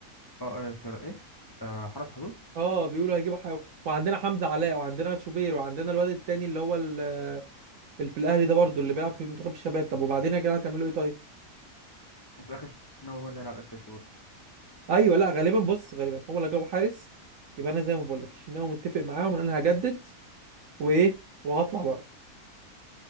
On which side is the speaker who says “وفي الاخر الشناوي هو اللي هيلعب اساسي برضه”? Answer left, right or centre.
Left